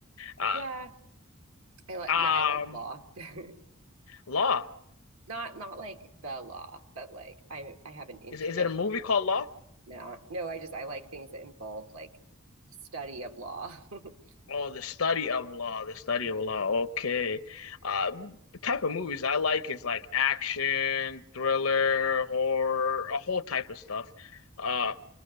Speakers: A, on the left; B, on the right.
A: Uh,
B: Yeah. I like
A: um,
B: yeah, I like law. <laughs>
A: Law.
B: Not not like the law, but like I I have an interest.
A: Is is it
B: I,
A: a movie called Law?
B: no, no, I just I like things that involve like study of law. <laughs>
A: Oh, the study of law, the study
B: Yeah.
A: of law. Okay. Um, the type of movies I like is like action, thriller, horror, a whole type of stuff. Uh,